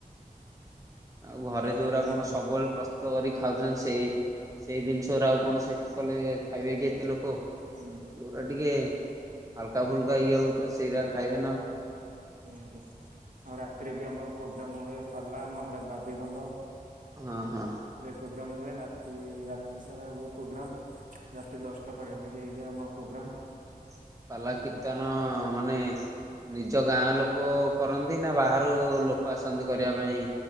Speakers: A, on the right; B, on the right.
A: ଆଉ ଘରେ ଯୋଉଗୁଡା
B: ରାତିରେ
A: କଣ
B: ବି
A: ସବୁବେଳେ ପ୍ର ତରି ଖାଉଛନ୍ତି ସେଇ ସେଇ ଜିନିଷଗୁରା ଆଉ କଣ ସେଠି କଲେ ଖାଇବେ କି ଏତେ ଲୋକ।
B: ହୁଁ।
A: ଯୋଉଟା ଟିକେ ହାଲକା ଫୁଲକା ଇଏ ହଉ ତ ସେଇରାକ ଖାଇବେ ନା ଆଉ।
B: ଓହୋ ଆଉ ରାତିରେ ବି ଆମର ପ୍ରୋଗ୍ରାମ ହୁଏ ପାଲା ନହେଲେ ବାଦ ଇଦଣ୍ଡ।
A: ଆଉ ହଁ
B: ରେ ପ୍ରୋଗ୍ରାମ ହୁଏ ରାତି ରାତି ସାରା ହୁଏ ପ୍ରୋଗ୍ରାମ ରାତି ଦଶଟା ପାଖାପାଖି ହେଇଯାଏ ଆମ ପ୍ରୋଗ୍ରାମ।
A: ହଁ। ପାଲା କୀର୍ତ୍ତନ ମାନେ ନିଜ ଗାଁ ଲୋକ କରନ୍ତି ନା ବାହାରୁ ଲୋକ ଆସନ୍ତି କରିବା ପାଇଁ।